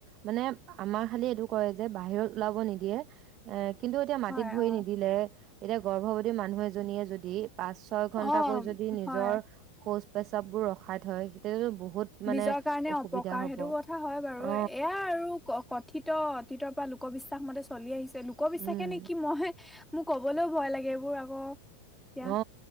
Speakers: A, on the right; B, in the centre.
A: মানে আমাৰ খালি এইটো কৰে যে বাহিৰত ওলাব নিদিয়ে এ কিন্তু এতিয়া মাটিত
B: হয়
A: ভৰি
B: অ
A: নিদিলে এতিয়া গৰ্ভৱতী মানুহ এজনীয়ে যদি পাচ ছয় ঘন্টাকৈ
B: অ
A: যদি নিজৰ
B: হয়
A: শৌচ প্ৰেচাৱবোৰ ৰখাই থয় তেতিয়াতো বহুত মানে
B: নিজৰ কাৰণে
A: অসুবিধা
B: অপকাৰ
A: হব
B: সেইটো কথা হয় বাৰু
A: অ
B: এয়া আৰু কথিত অতীতৰ পৰা লোকবিশ্বাস মতে চলি আহিছে লোকবিশ্বাসে
A: উম
B: নেকি মই মোৰ কবলৈও ভয় লাগে এইবোৰ আকৌ এতিয়া
A: অ